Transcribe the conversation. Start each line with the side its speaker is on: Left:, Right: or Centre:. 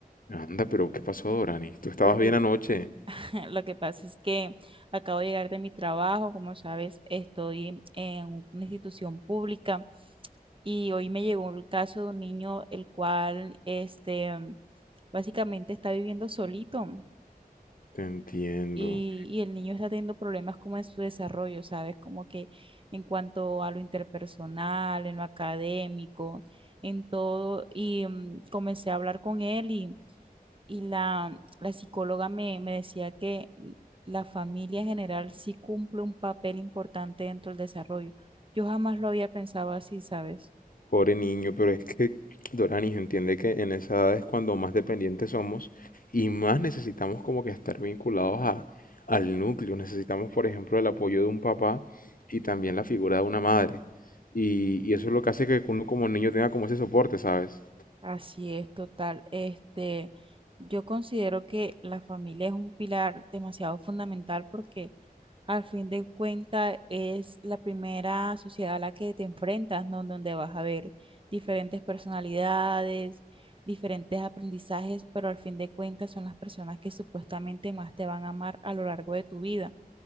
Left: Anda, pero ¿qué pasó, Dorani? ¿Tú estabas
Right: Lo que,
Left: bien anoche?
Right: <laughs> lo que pasa es que acabo de llegar de mi trabajo, como sabes, estoy en una institución pública y hoy me llegó el caso de un niño el cual, este, básicamente está viviendo solito.
Left: Te entiendo.
Right: y, y el niño está teniendo problemas como en su desarrollo, ¿sabes? Como que en cuanto a lo interpersonal, en lo académico, en todo. Y mm, comencé a hablar con él y, y la, la psicóloga me, me decía que la familia en general sí cumple un papel importante dentro del desarrollo. Yo jamás lo había pensado así, ¿sabes?
Left: Pobre niño, pero es que, Dorani, entiende que en esa edad es cuando más dependientes somos y más necesitamos como que estar vinculados a, al núcleo. Necesitamos, por ejemplo, el apoyo de un papá y también la figura de una madre. Y, y eso es lo que hace que uno como niño tenga como ese soporte, ¿sabes?
Right: Así es, total. Este, yo considero que la familia es un pilar demasiado fundamental porque al fin de cuentas es la primera sociedad a la que te enfrentas, ¿no? Donde vas a ver diferentes personalidades, diferentes aprendizajes, pero al fin de cuentas son las personas que supuestamente más te van a amar a lo largo de tu vida